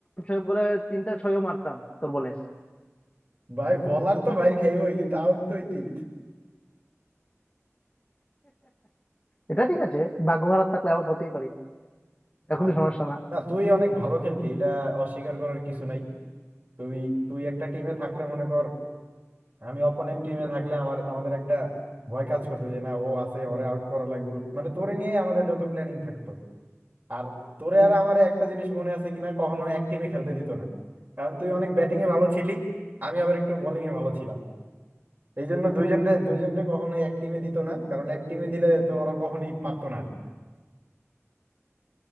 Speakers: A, on the left (about 25°); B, on the right (about 40°).
A: ছয় বলে তিনটা ছয়ও মারতাম তোর বলে <laughs>
B: ভাই বলার তো ভাই খাইবই কিন্তু আউট তো হইতেই
A: এটা ঠিক আছে ভাগ্য ভালো থাকলে আউট হতেই পারি
B: আর
A: এখনো সমস্যা না <laughs>
B: না তুই অনেক ভালো খেলতি এটা অস্বীকার করার কিছু নাই তুই তুই একটা টিমে থাকলে মনে কর আমি অপোনেন্ট টিমে থাকলে আমার আমাদের একটা ভয় কাজ করতো যে না ও আছে ওরে আউট করা লাগবে মানে তোরে নিয়ে আমাদের যত প্ল্যানিং থাকতো আর তোরে আর আমার একটা জিনিস মনে আছে কিনা কখনো এক টিমে খেলতে দিত না কারণ তুই অনেক ব্যাটিং এ ভালো ছিলি আমি আবার একটু বোলিং এ ভালো ছিলাম এই জন্য দুইজনরে দুইজনরে কখনোই এক টিমে দিত না কারণ এক টিমে দিলে তো ওরা কখনোই পারতো না আর কি <laughs>